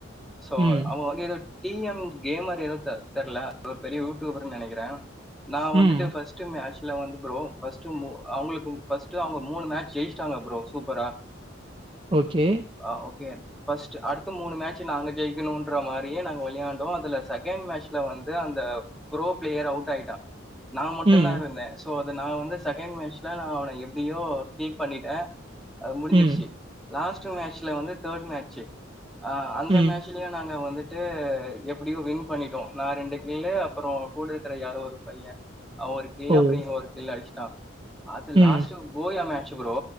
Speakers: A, in the centre; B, on the right.
A: சோ
B: ம்,
A: அவன் வந்து ஏதோ டி எம் கேமர் ஏதோ தெரியல ஒரு பெரிய யூடியூபர்ன்னு நெனைக்கிற நா வந்துட்டு
B: ம்.
A: ஃபர்ஸ்ட் மேட்ச் சி இல்ல வந்து ஃப்ரோ ஃபர்ஸ்ட் அவங்களுக்கு ஃபர்ஸ்ட அவுங்க மூணு மேட்ச ஜெயிட்டாங்க ஃப்ரோ சூப்பரா
B: ஓகே
A: ஆ ஓகே ஃபர்ஸ்ட்டு அடுத்து மூணு மேட்சு நாங்க ஜெயிக்குணுன்ற மாதிரியே நாங்க விளயாண்டோ அதுல செகண்ட் மேட்ச்ல வந்து அந்த க்ரோ பிளேயர் அவுட் ஆயிட்டா நா மட்டு
B: ம்.
A: தா இருந்தே ஸோ அத நா வந்து செகண்ட் மேட்சில் நா அவனை எப்டியோ கீப் பண்ணிட்டே முடிஞ்சிருச்சு
B: ம்.
A: லாஸ்ட் மேட்சல வந்து தேர்ட் மேட்ச அந்த
B: ம்.
A: மேட்ச ஆக்சுவலியா நாங்க வந்துட்டு எப்டியோ வின் பண்ணிட்டோ நா ரெண்டு கிலு அப்றோ கூடக்குற யாரு ஒரு பைய ஒரு கில்லு
B: ஓ!
A: அப்றோ ஒரு கில்லு அடிச்சுட்டா அது
B: ம்.
A: லாஸ்ட் போயாமேச்சு ஃப்ரோ